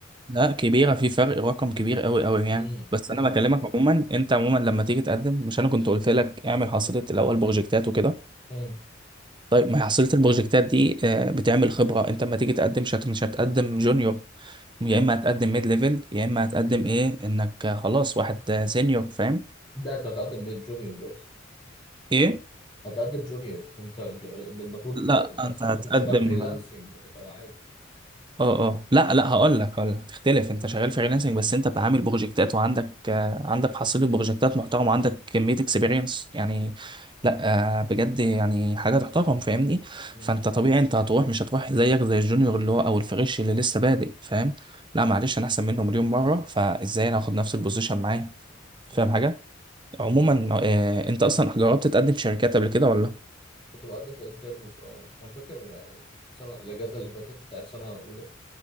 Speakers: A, on the right; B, on the left.
A: لا كبيره في فرق رقم كبير قوي قوي يعني
B: مم،
A: بس
B: مم،
A: انا بكلمك عموما انت عموما لما تيجي تقدم مش انا كنت قلت لك اعمل حصيله الاول بروجكتات وكده
B: مم.
A: طيب ما هي حصيله البروجكتات دي آه بتعمل خبره انت لما تيجي تقدم مش هت- مش هتقدم جونيور يا اما هتقدم ميد ليفل يا اما هتقدم ايه انك خلاص واحد سينيور فاهم
B: ده أنت هتقدم جونيور برضه
A: ايه
B: هتقدم جونيور أنت جو- المفروض
A: لا انت
B: أصل
A: هتقدم
B: أنت كنت شغال فريلانسنج يعني فعادي
A: اه اه لا لا هقول لك هقول لك تختلف انت شغال فريلانسنج بس انت عامل بروجكتات وعندك آه، عندك حصيله بروجكتات محترم وعندك كميه اكسبيرينس يعني لا آه، بجد يعني حاجه تحترم فاهمني
B: مم،
A: فانت طبيعي انت هتروح مش هتروح زيك زي الجونيور اللي هو او الفريش اللي لسه بادئ فاهم لا معلش
B: مم،
A: انا احسن منه مليون مره فازاي انا هاخد نفس البوزيشن معاه فاهم
B: مم.
A: حاجه عموما آه، انت اصلا جربت تقدم في شركات قبل كده ولا
B: كنت بقدم في انترنز أه أنا فاكر يعني السنة الأجازة اللي فاتت بتاعت سنة أولى